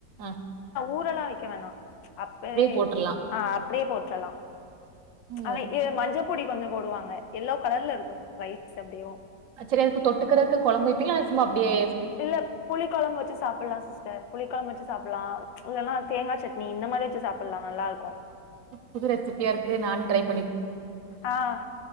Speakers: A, on the right; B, on the left.
A: அ
B: ஊறெலா வக்க வேணா அப்பவே
A: போட்டுறலாம்.
B: ஆ அப்டியே போட் தலா
A: ஓ!
B: அன இ மஞ்சப் பொடி கொஞ்ச போடுவாங்க எல்லோ கலர்ல இருக்கு ரைஸ் அப்டியேவு
A: சேரி அதுக்கு தொட்டுக்கிறதுக்கு குழம்பு வைப்பீங்களா சும்மா அப்டியே
B: இல்ல புளி குழம்பு வச்சு சாப்பிடலா சிஸ்டர் புளி குழம்பு வச்சு சாப் லா ச் இல்லனா தேங்கா சட்னி இந்த மாரி வச்சு சாப்பிடலா நல்லா இருக்கு
A: புது ரெசிபியா இருக்கு நானு ட்ரைப்
B: ஆஹ்